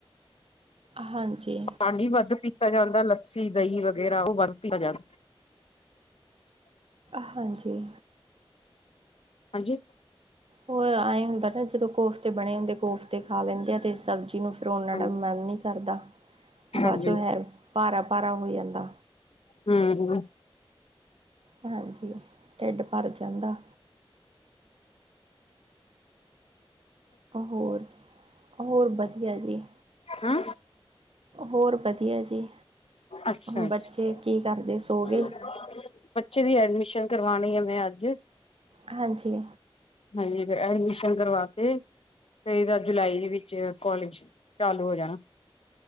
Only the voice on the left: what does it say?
ਪਾਣੀ ਵੱਧ ਪੀਤਾ ਜਾਂਦਾ। ਲੱਸੀ ਦਹੀਂ ਵਗੈਰਾ ਉਹ ਬੰਦ ਕੀਤਾ ਜਾਦਾ,
ਹਾਂਜੀ,
ਹਾਂਜੀ
ਹਾਂਜੀ
ਹੂੰ
ਹੂੰ
ਅੱਛਾ
ਅੱਛਾ
<unintelligible>
ਬੱਚੇ ਦੀ ਐਡਮਿਸ਼ਨ ਕਰਵਾ ਵੇੈਂ <unintelligible> ਮੈਂ ਅੱਜ
ਹਾਂਜੀ ਫੇਰ ਐਡਮ ਸ਼ਨ ਕਰਵਾ ਕੇ ਫੇਰ ਇਹਦਾ ਜੁਲਾਈ ਦੇ ਵਿੱਚ ਕੋਲਜ ਚਾਲੂ ਹੋ ਜਾਣਾ